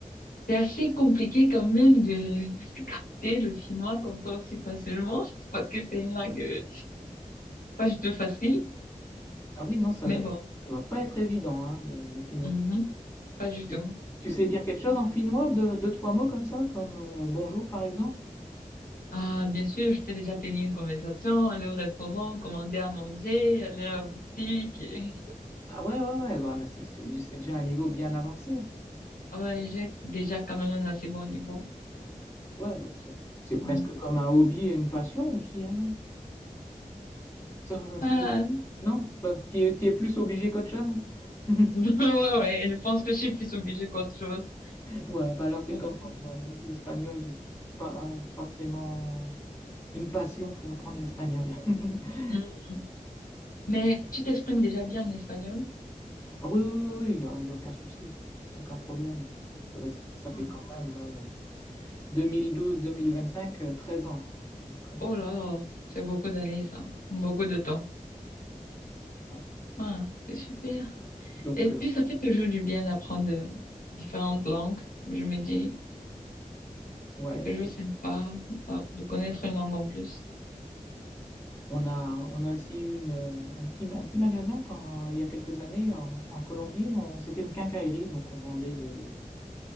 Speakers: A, on the left; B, on the left.
A: c'est assez compliqué quand même de <laughs> capter le finnois comme ça aussi facilement, <laughs> parce que c'est une langue euh, pas du tout facile,
B: Ah oui, non, ça
A: mais
B: ne
A: bon,
B: doit pas être évident, hein, le, le finnois.
A: Mhm. Pas du
B: Tu,
A: tout.
B: tu
A: Pas
B: sais
A: du
B: dire
A: tout.
B: quelque chose en finnois, de deux, trois mots comme ça, comme euh, bonjour par exemple?
A: Ah, bien sûr, je peux déjà tenir une conversation, aller au restaurant, commander à manger, aller à la boutique. et-
B: Ah ouais, ouais, ouais, bah, c'est c'est-
A: <laughs>
B: c'est déjà un niveau bien avancé. c'est-
A: Ouais, j'ai déjà quand même un assez bon niveau.
B: Ouais, bah, c'est c'est presque
A: Mm.
B: comme un hobby et une passion aussi, hein. Ça-
A: Ah,
B: ou- non, c'est pas, t'y es, t'y es plus obligé qu'autre chose? <laughs>
A: <laughs> ouais, ouais, je pense que je suis plus obligée qu'autre chose.
B: Ouais, bah alors c'est
A: Bon.
B: comme moi, ouais, l'espagnol, j'ai pas forcément une passion pour apprendre l'espagnol. <laughs>
A: Mm. Mais tu t'exprimes déjà bien en espagnol?
B: Ah oui, oui, oui, oui, il n'y a, il y a aucun souci, aucun problème. Ouais, c- ça
A: Ah.
B: fait quand même 2012-2025, 13 ans. Donc, euh,
A: Oh là, c'est beaucoup d'années, ça. Beaucoup de temps.
B: ouais.
A: Ah, c'est super.
B: Donc,
A: Et
B: euh,
A: puis, ça fait toujours du bien d'apprendre euh, différentes langues. Je me dis,
B: ouais.
A: c'est toujours
B: Et
A: sympa euh, de connaître une langue en plus.
B: on a, on a aussi eu une, euh, un petit, un petit magasin quand, il y a quelques années en, en Colombie. on- C'était une quincaillerie, donc on vendait des,